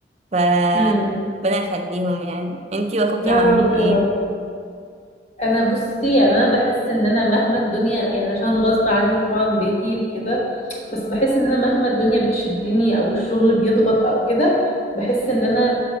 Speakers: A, on the right (about 35°); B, on the left (about 40°).
A: ف
B: مم.
A: ربنا يخليهم يعني انتي واخوكي
B: يا
A: عاملين
B: رب يا رب انا بصي يعني انا بحس ان انا مهما الدنيا يعني عشان غصب عني طبعا بيتي وكده بس بحس ان انا مهما الدنيا بتشدني او الشغل بيضغط او كده بحس ان انا